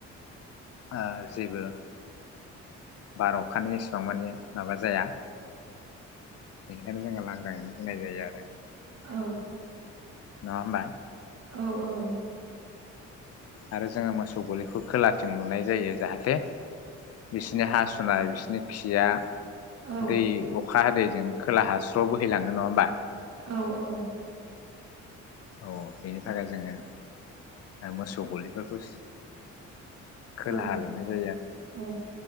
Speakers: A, on the left (about 55°); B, on the right (about 55°).
A: ओ जेबो बार अखानि एसां मानि माबा जाया बेनिखायनो जोंङो लांदाङैनो दोननाय जायो आरो।
B: औ
A: नंङा होमबा?
B: औ औ
A: आरो जोंङो मोसौ गलिखौ खोलाथिं लुनाय जायो जाहाथे बिसिनि हासुनाय बिसिनि खिया
B: औ
A: दैे अखा हादै जों खोलाहा स्र बोहैलांङो नंङा होमबा?
B: औ औ
A: अ बेनि थाखाय जोंङो मोसौ गलिफोरखौ खोलाहा
B: औ
A: लुनाय जायो आरो
B: औ